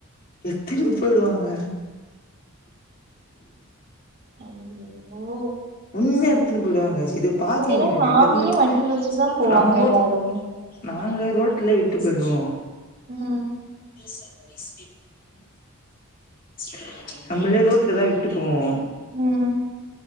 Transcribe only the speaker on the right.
ஹல்லல்லோ
இங்கெல்லா
சாவியே
வண்டில வச்சுட்டு தா போவாங்க
எல்லா எடமு
ம்
ம்